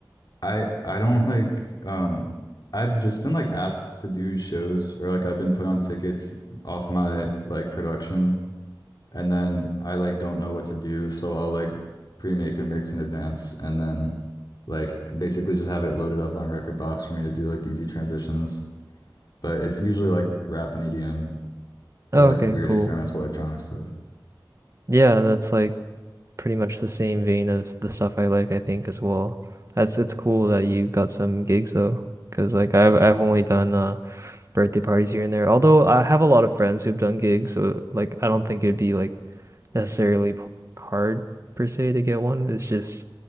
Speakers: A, on the left; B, on the right.
A: I I don't like um I've just been like asked to do shows or like I've been put on tickets off my like production and then I like don't know what to do, so I'll like pre-make a mix in advance and then like basically just have it loaded up on Record Box for me to do like easy transitions. But it's usually like rap and EDM
B: oh
A: or like
B: okay,
A: weird
B: cool.
A: experimental electronic stuff.
B: Yeah, that's like pretty much the same vein of the stuff I like, I think as well. That's it's cool that you got some gigs though, because like I've I've only done uh birthday parties here and there. Although I have a lot of friends who've done gigs, so like I don't think it'd be like necessarily p hard per se to get one. It's just